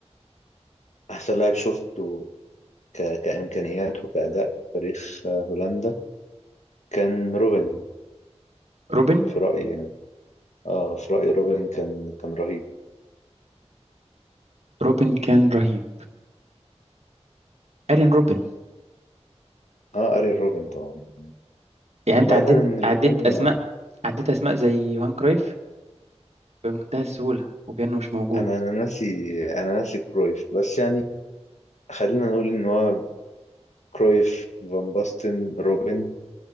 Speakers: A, on the left; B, on the right.
A: أحسن لاعب شفته ك... كإمكانيات وكأداء في تاريخ آه، هولندا كان روبن
B: روبن
A: في رأيي يعني اه في رأيي روبن كان كان رهيب
B: روبن كان رهيب ايرين روبن
A: اه أرين روبن طبعا
B: يعني انت
A: بعيدا
B: عديت
A: عن القايمة
B: عديت اسماء عديت اسماء زي يوهان كرويف بمنتهى السهولة وكأنه مش موجود
A: أنا أنا ناسي أنا ناسي كرويف بس يعني خلينا نقول إن هو كرويف فان باستن روبن